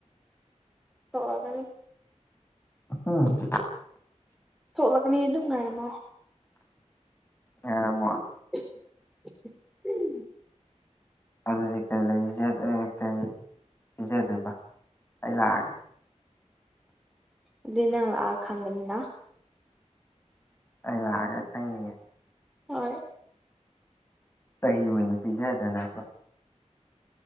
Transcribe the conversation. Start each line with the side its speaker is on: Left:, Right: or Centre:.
Centre: ꯊꯣꯛꯂꯛꯀꯅꯤ
Left: ꯎꯝ
Centre: ꯊꯣꯛꯂꯒꯅꯤ ꯑꯗꯨꯝ ꯉꯥꯢꯔꯝꯃꯣ
Left: ꯉꯥꯢꯔꯝꯃꯣ
Centre: <unintelligible>
Left: ꯑꯗꯨꯗꯤ ꯀꯩ ꯂꯩ ꯀꯩ ꯄꯤꯖꯗꯣꯏꯕ ꯑꯩ ꯂꯥꯛꯑꯒ
Centre: ꯑꯗꯨꯏ ꯅꯪ ꯂꯥꯛꯑ ꯈꯪꯕꯅꯤꯅ
Left: ꯑꯥꯏ ꯂꯥꯛꯑꯒ ꯈꯪꯅꯤꯌꯦ
Centre: ꯍꯣꯏ
Left: ꯆꯩ ꯑꯣꯏꯅ ꯄꯤꯖꯦꯗꯅꯕ